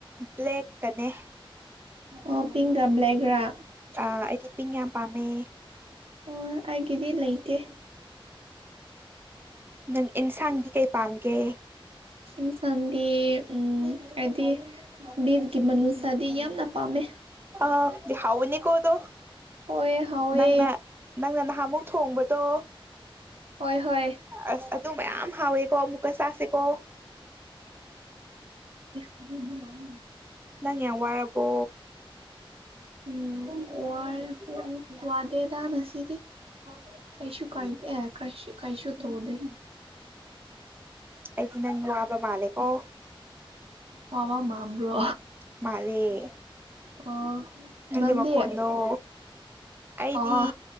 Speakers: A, on the right; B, on the right.
A: ꯕ꯭ꯂꯦꯛ ꯀꯅꯦ
B: ꯑꯣ ꯄꯤꯡꯀ ꯕ꯭ꯂꯦꯛꯒ ꯔꯥ
A: ꯑ ꯑꯩꯗꯤ ꯄꯤꯡ ꯌꯥꯝ ꯄꯥꯝꯃꯦ
B: ꯑꯣ ꯑꯩꯒꯤꯗꯤ ꯂꯩꯇꯦ
A: ꯅꯪ ꯑꯦꯟꯁꯥꯡꯗꯤ ꯀꯩ ꯄꯥꯝꯒꯦ
B: ꯏꯟꯁꯥꯡꯗꯤ ꯎꯝ ꯍꯥꯏꯗꯤ ꯕꯤꯒꯤ ꯃꯅꯨꯁꯥꯗꯤ ꯌꯥꯝꯅ ꯄꯥꯝꯃꯦ
A: ꯑ ꯍꯥꯎꯅꯤ ꯀꯣꯗꯣ
B: ꯍꯣꯏ ꯍꯥꯎꯋꯦ
A: ꯅꯪꯅ ꯅꯪꯪ ꯍꯥꯃꯨꯛ ꯊꯣꯡꯕꯗꯣ
B: ꯍꯣꯏ ꯍꯣꯏ
A: ꯑꯁ ꯑꯗꯨ ꯃꯌꯥꯝ ꯍꯥꯎꯋꯦꯀꯣ ꯑꯃꯨꯛꯀ ꯆꯥꯁꯦꯀꯣ
B: ꯁꯤꯕꯂ <unintelligible>
A: ꯅꯪ ꯌꯥꯝ ꯋꯥꯔꯕꯣ‌
B: ꯎꯝ ꯋꯥ ꯋꯥꯗꯦꯗ ꯉꯁꯤꯗꯤ ꯀꯥꯏꯁꯨ ꯀꯥꯏꯗ ꯑꯦ ꯀꯥꯏꯁ ꯀꯥꯏꯁꯨ ꯇꯧꯗ
A: ꯑꯩꯗꯤꯅꯕꯨ ꯋꯕ ꯃꯥꯜꯂꯀꯣ
B: ꯄꯋꯥ ꯃꯝ꯭ꯔꯣ
A: ꯃꯥꯂꯦ
B: ꯑꯣ
A: ꯅꯒꯤ
B: ꯅꯪꯗꯤ
A: ꯃꯀꯣꯟꯗꯨꯣ ꯑꯩꯗꯤ
B: ꯑꯣ